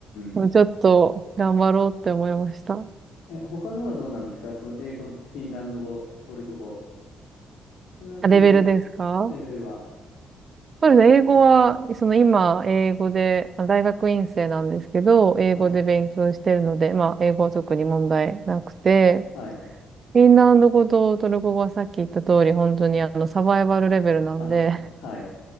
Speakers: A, on the right; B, on the left.
A: もうちょっと頑張ろうって思いました。
B: ん。え、他のはどうなんですかその英語、フィンランド語、トルコ語。それはどのぐらい
A: あレベルですか
B: レベルは。
A: そうですね。英語は、その今、英語で、まあ大学院生なんですけど、
B: はい。
A: 英語で勉強してるので、まあ、英語は特に問題なくて、
B: はい。
A: フィンランド語とトルコ語はさっき言った通り、本当にあの、サバイバルレベルなんで、
B: あ、そっか。はい。